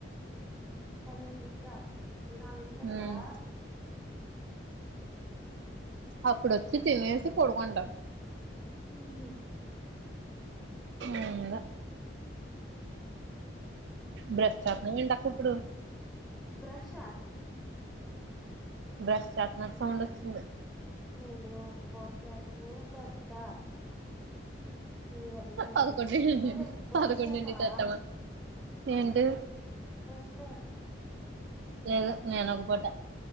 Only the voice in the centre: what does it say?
పన్నెండిన్టికా? గంటండా
ఉహు
బ్రష్ అ
నేను ఒక పూట చేయడమే పెద్ద నువ్వు అయితే రెండు
పో నువ్వు రెండు పుటలు
చేస్తావా?
బ్రష్